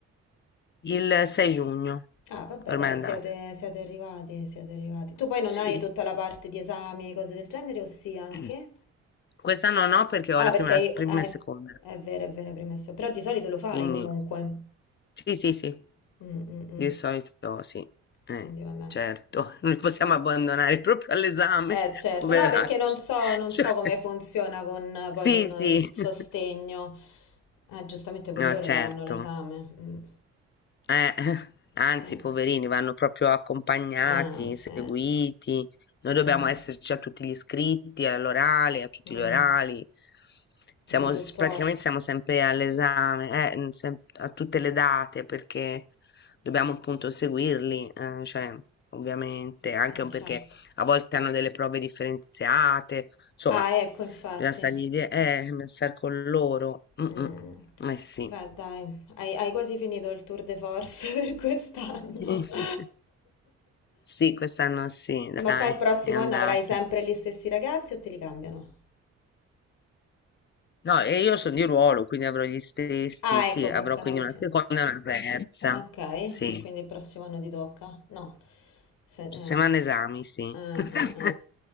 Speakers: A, on the left; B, on the left.
A: Il 6 giugno,
B: Ah, vabbè,
A: ormai
B: dai,
A: è andata.
B: siete, siete arrivati, siete arrivati. Tu poi
A: Sì.
B: non hai tutta la parte di esami, cose del genere, o sì anche?
A: Mm. Quest'anno no perché
B: Ah,
A: ho la
B: perché
A: prima,
B: io-
A: prima
B: eh,
A: e seconda,
B: è vero, è vero, hai premesso. Però di solito lo fai
A: quindi
B: comunque.
A: sì, sì, sì,
B: Mm, mm, mm.
A: di solito sì, eh,
B: Quindi vabbè.
A: certo, <laughs> non li possiamo abbandonare proprio all'esame,
B: Eh
A: <laughs>
B: certo,
A: poveracci.
B: no, perché non so, non
A: Cioè,
B: so come funziona con, poi
A: sì,
B: con
A: sì,
B: il sostegno.
A: <laughs>
B: Eh, giustamente pure
A: no,
B: loro
A: certo.
B: daranno l'esame. Mm.
A: Eh, <laughs> anzi,
B: Sì.
A: poverini, vanno proprio accompagnati,
B: Ah, sì.
A: seguiti. Noi dobbiamo
B: Mm.
A: esserci a tutti gli iscritti, all'orale, a tutti
B: Mm.
A: gli orali. Siamo,
B: Di supporto.
A: s- praticamente siamo sempre all'esame, eh, mm, sem- a tutte le date, perché dobbiamo appunto seguirli, eh, cioè, ovviamente, anche
B: Ah,
A: un-
B: certo.
A: perché a volte hanno delle prove differenziate, insomma,
B: Ah, ecco, infatti.
A: bisogna stargli, die- eh, bisogna star con loro. Mm,
B: Mm.
A: mm. Eh sì.
B: Beh, dai, hai, hai quasi finito il tour de force <laughs> per quest'anno.
A: <laughs>
B: <laughs>
A: Sì, quest'anno sì,
B: Ma
A: dai,
B: poi il prossimo
A: è andata.
B: anno avrai sempre gli stessi ragazzi o te li cambiano?
A: No, e io sono di ruolo, quindi avrò gli stessi,
B: Ah,
A: sì,
B: ecco, funziona
A: avrò quindi
B: così.
A: una seconda e una terza.
B: Okay,
A: Sì,
B: e quindi il prossimo anno ti tocca? No. Se eh.
A: settimana esami, sì.
B: Eh,
A: <laughs>
B: eh,